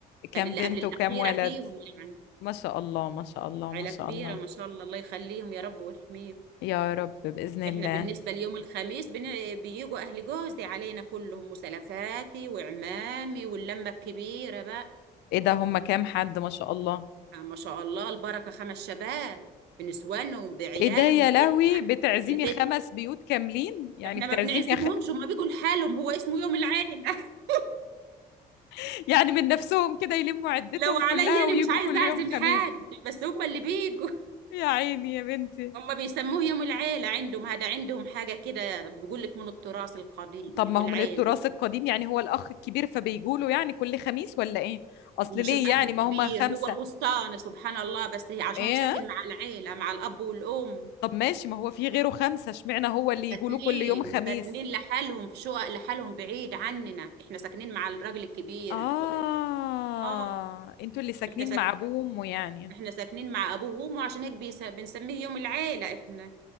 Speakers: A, on the left (about 80°); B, on the right (about 80°).
A: كام
B: كان اللي
A: بنت
B: قبل الاخيرة
A: وكام ولد
B: فيهم يعني
A: ما شاء الله ما شاء الله
B: عيلة
A: ما شاء
B: كبيرة
A: الله
B: ما شاء الله الله يخليهم يا رب ويحميهم
A: يا رب بإذن الله
B: احنا بالنسبة ليوم الخميس بن... بيجوا اهل جوزي علينا كلهم وسلفاتي وعمامي واللمة الكبيرة بقى
A: ايه ده هم كام حد ما شاء الله
B: آه، ما شاء الله البركة خمس شباب بنسوانهم بعيالهم
A: ايه ده يا
B: البيت
A: لهوي بتعزمي
B: البيت
A: خمس بيوت كاملين يعني
B: احنا
A: بتعزمي
B: ما بنعزمهمش
A: خ...
B: هما بيجوا لحالهم هو اسمه يوم العيلة <laughs>
A: <laughs> يعني من نفسهم كده يلموا عدتهم
B: لو عليا
A: كلها
B: انا
A: ويجوا
B: مش عايز
A: كل
B: اعزم
A: يوم خميس
B: حد بس هما اللي بيجوا
A: يا عيني يا بنتي
B: هما بيسموه يوم العيلة عندهم هذا عندهم حاجة كده بيقول لك من التراث القديم
A: طب
B: يوم
A: ما
B: العيلة
A: هو من التراث القديم يعني هو الأخ الكبير فبيجوا له يعني كل خميس ولا ايه اصل
B: مش
A: ليه
B: الأخ
A: يعني
B: الكبير
A: ما هم خمسة
B: هو الوسطاني سبحان الله بس هي عشان
A: ايه
B: ساكن مع العيلة مع الأب والأم
A: طب ماشي ما هو في غيره خمسة اشمعنى هو اللي
B: ساكنين
A: يجوله كل يوم خميس
B: ساكنين لحالهم في شقق لحالهم بعيد عننا احنا ساكنين مع الراجل الكبير
A: آه
B: الخ... اه
A: انتوا اللي ساكنين
B: احنا ساكنين
A: مع أبوه وأمه يعني
B: احنا ساكنين مع ابوه وامه عشان هيك بيس- بنسميه يوم العيله احنا